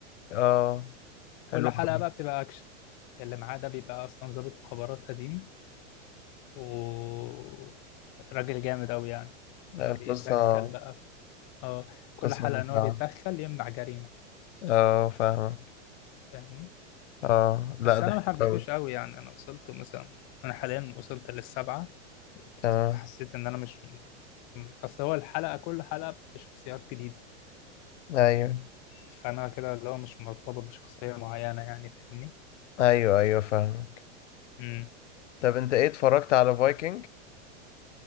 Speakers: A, on the left (about 80°); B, on the left (about 30°).
A: اه
B: كل
A: حلو
B: حلقة
A: أوي.
B: بقى بتبقى أكشن اللي معاه ده بيبقى أصلا ضابط مخابرات قديم وراجل جامد أوي يعني
A: لا
B: فبيتدخل
A: القصة
B: بقى في... اه كل
A: قصة
B: حلقة
A: ممتعة
B: إن هو بيتدخل يمنع جريمة
A: اه فاهمك
B: فاهمني
A: اه لا
B: بس
A: ده
B: أنا
A: حلو
B: ما حبيتوش
A: قوي
B: أوي يعني أنا وصلت مثلا أنا حاليا وصلت للسبعة
A: تمام
B: حسيت إن أنا مش م- أصل هو الحلقة كل حلقة بشخصيات جديدة
A: ايوه
B: فانا كده اللي هو مش مرتبط بشخصية معينة يعني فاهمني
A: ايوه ايوه فاهمك
B: امم
A: طب انت ايه اتفرجت على فايكنج